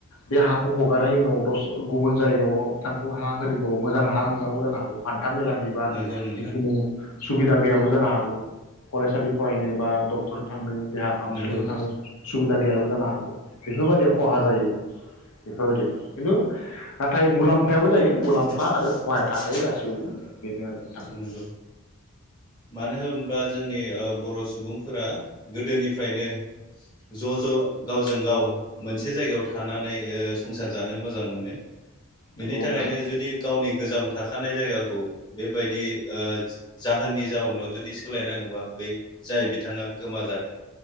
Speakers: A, on the left (about 80°); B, on the left (about 20°).
A: बे हाखौ हगारनायनि उनाव दस गुबुन जा बिथांखौ हा होदोंबाबो मोजां हा मोनाबो जानो हागौ हान्था मेलानि बा
B: नंगौ नोंथां
A: जिखुनु सुबिदा गैयाबो जानो हागौ फरायसालि फरायनो बा डक्टर थांनो देहा फाहामसालिफोर
B: नंगौ नोंथां
A: थांनो सुबिदा गैयाबो जानो हागौ बेफोरबायदियाव खहा जायो बेफोरबायदियाव खिन्थु नाथाय
B: <inaudible>
A: मुलाम्फायाबो जायो मुलाम्फा आरो खहाया थाखायो गासैयावबो बेनो आरो नोंथां
B: नंगौ मानो होनब्ला जोंनि ओ बर सुबुंफोरा गोदोनि फ्रायनो ज ज गावजों गाव मोनसे जायगायाव थानानै ओ संसार जानो मोजां मोनो।
A: नंगौ
B: बिनि
A: नोंथां
B: थाखायनो जुदि गावनि गोजाम थाखानाय जायगाखौ बेबायदि ओ जाहोननि जाउनाव जुदि सोलायनाङोबा बै जाय बिथाङा गोमाजादों